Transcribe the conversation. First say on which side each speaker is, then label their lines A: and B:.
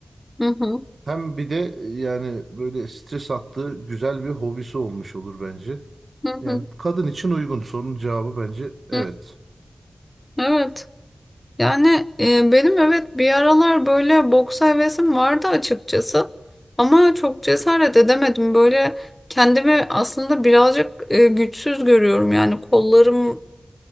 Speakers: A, on the left; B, on the right.
A: Hı hı.
B: Hem bir de yani böyle stres attığı güzel bir hobisi olmuş olur bence.
A: Hı
B: Yani
A: hı.
B: kadın için uygun sorunun cevabı bence evet.
A: hı. Evet. Yani e, benim evet bir aralar böyle boks hevesim vardı açıkçası. Ama çok cesaret edemedim. Böyle kendimi aslında birazcık e, güçsüz görüyorum. Yani kollarımın